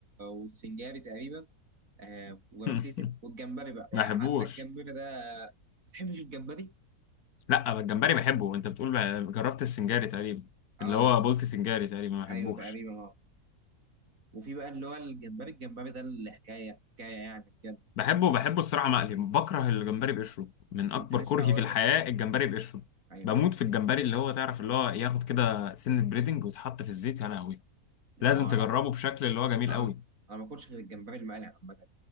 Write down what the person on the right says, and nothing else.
والسنجاري تقريبا آه وجربت
ايه تاني والجمبري بقى يعني
حتى الجمبري ده ما بتحبش الجمبري
اه
ايوه تقريبا اه وفي بقى اللي هو الجمبري الجمبري ده اللي حكايه حكايه يعني بجد
كنت
لسه
هقول
لك اه
ايوه
ايوه
اه
لا
انا
ما- انا ما باكلش غير الجمبري المقلي عامه